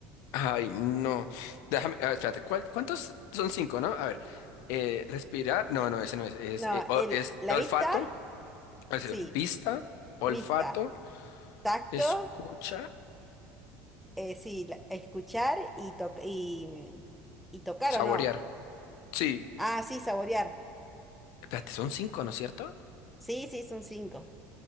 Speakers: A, on the left; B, in the centre.
A: Ay, no. Déjame, a ver, espérate, ¿cuál- cuántos son cinco, no? A ver, eh, respirar, no, no, ese no es, es,
B: No,
A: eh, o-
B: el,
A: es
B: la
A: olfato.
B: vista,
A: Es
B: sí,
A: el vista, olfato,
B: vista. Tacto.
A: escucha,
B: Eh, sí, la- escuchar y, toc- y, mm, y tocar
A: saborear.
B: o no.
A: Sí.
B: Ah, sí, saborear.
A: Espérate, son cinco, ¿no es cierto?
B: Sí, sí, son cinco.